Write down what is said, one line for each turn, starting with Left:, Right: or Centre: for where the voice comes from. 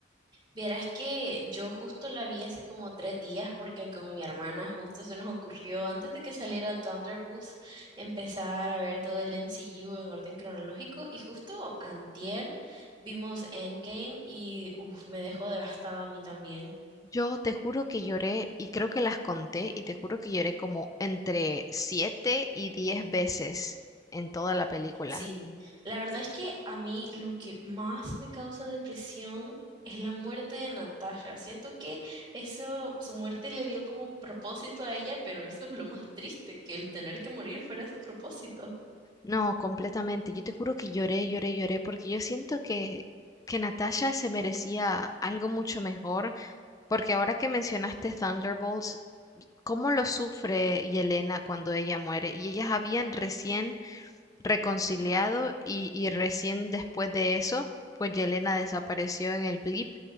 Right: Vieras que yo justo la vi hace como tres días porque con mi hermana justo se nos ocurrió, antes de que saliera Thunderbolts, empezar a ver todo el MCU en orden cronológico y justo antier vimos Endgame y uf, me dejó devastada a mí también.
Left: Yo te juro que lloré y creo que las conté y te juro que lloré como entre 7 y 10 veces en toda la película.
Right: Sí, la verdad es que a mí lo que más me causa depresión es la muerte de Natasha. Siento que eso, su muerte le dio como propósito a ella, pero eso es lo más triste, que el tener que morir fuera su propósito.
Left: No, completamente. Yo te juro que lloré, lloré, lloré, porque yo siento que, que Natasha se merecía algo mucho mejor, porque ahora que mencionaste Thunderbolts, cómo lo sufre Yelena cuando ella muere, y ellas habían recién reconciliado y, y recién después de eso, pues Yelena desapareció en el blip,